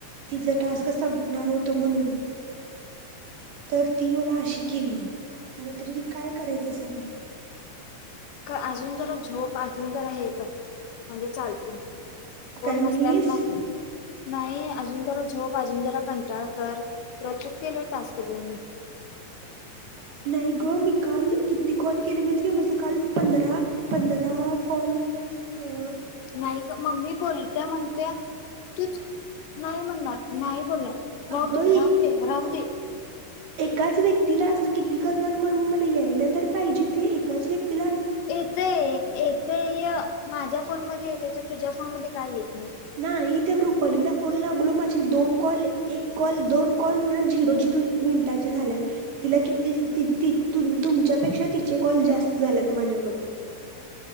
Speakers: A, on the right (about 60°); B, on the left (about 75°).
A: तिचा टास्क संपणार होत म्हणून. तर ती मला अशी केली आता तरी ति काय करायचं सांग
B: का अजून जरा झोप अजून जरा हे कर म्हणजे चालतंय. कोण
A: काय म्हणलीस
B: नसतात मग. नाही अजून जरा झोप, अजून जरा कंटाळा कर तुला चूक केलोय टास्क देऊन मी
A: <inaudible> नाही गं मी काल किती कॉल केले माहिती आहे काय माझे काल पंधरा पंधरा कॉल. अं.
B: नाही गं मम्मी बोलत्या म्हणत्या तूच. नाही म्हणणार नाही बोलणार राहूदे
A: अगं
B: राहूदे
A: एकाच
B: राहूदे.
A: एकाच व्यक्तीला असं किती करणार म मला यायला तर पाहिजे ते एकाच व्यक्ती.
B: येतय, येतंय. माझ्या फोन मध्ये येतंय तर तुझ्या फोन मध्ये का येत.
A: नाही इथे ग्रुप. पहिलीला फोन लागलो माझी दोन कॉल एक कॉल दोन कॉल ना झिरो झिरो मिनिटाचे झालेत. तिला किती ति ति तुम तुमच्यापेक्षा तिचे कॉल जास्त झाले आहेत माझ्याकड